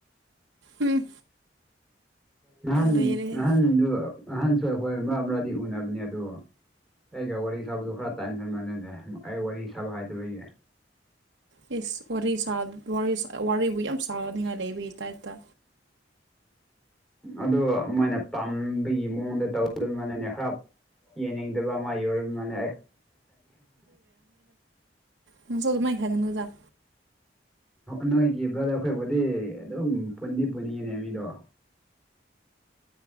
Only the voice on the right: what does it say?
ꯎꯝ
ꯂꯩꯔꯦꯍꯦ
ꯌꯦꯁ ꯋꯥꯔꯤꯔꯤꯕꯨ ꯌꯥꯝ ꯁꯥꯅꯤꯉꯥꯏ ꯂꯩꯕꯤ ꯇꯥꯏꯇꯥ
ꯅꯪ ꯆꯣ ꯑꯗꯨꯣ ꯃꯥꯏꯈꯒꯅ ꯃꯖꯝ